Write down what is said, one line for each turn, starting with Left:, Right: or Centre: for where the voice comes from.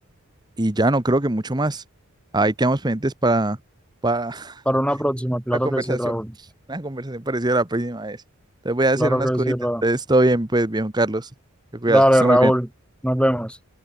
Right: y ya no creo que mucho más. Ahí quedamos pendientes para, para, <laughs>
Centre: para una próxima, claro
Right: Una conversación,
Centre: que sí, Raúl,
Right: una conversación parecida a la próxima vez. Te voy a hacer
Centre: claro
Right: unas
Centre: que
Right: cositas.
Centre: sí, Raúl.
Right: Entonces, todo bien, pues, viejo Carlos. Te cuidas,
Centre: Dale,
Right: que esté muy
Centre: Raúl,
Right: bien.
Centre: nos vemos.